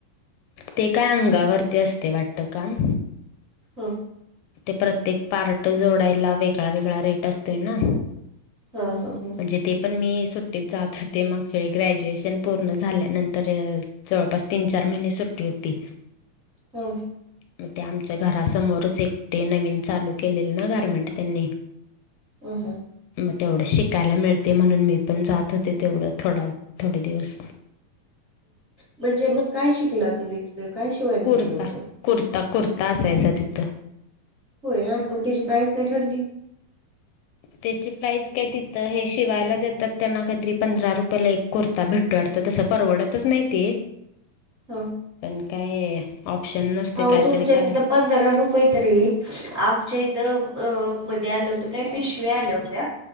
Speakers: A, on the left; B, on the right.
A: ते काय अंगावरती असते वाटत काम
B: हा
A: ते प्रत्येक पार्ट जोडायला वेगळा वेगळा रेट असतोय ना
B: हा हा हा
A: जे ते पण मी सुट्टीत जात होते मागच्या ग्रॅज्युएशन पूर्ण झाल्यानंतर जवळपास तीन चार महिने सुट्टी होती
B: हम्
A: मग ते आमच्या घरासमोरच एकटे नवीन चालू केले ना गारमेंट त्यांनी
B: हो ह
A: मग तेवढं शिकायला मिळते म्हणून मी पण जात होते तेवढं थोडा थोडे दिवस
B: म्हणजे मग काय शिकला तुम्ही काय शिवाय
A: कुर्ता
B: दिलं होतं
A: कुर्ता कुर्ता असायचा तिथं
B: होय आणि मग त्याची प्राईस काय ठरली
A: त्याची प्राईज काय तिथं हे शिवायला देतात त्यांना काहीतरी पंधरा रुपयेला एक कुर्ता भेटतु वाटतं तसं परवडतच नाही ते
B: हा
A: पण काय ऑप्शन नसते
B: आहो
A: कायतरी
B: तुमच्या
A: करायला
B: तिथं प पंधरा रुपये तरी आमच्या इथं मध्ये आलं होतं काय पिशव्या आल्या होत्या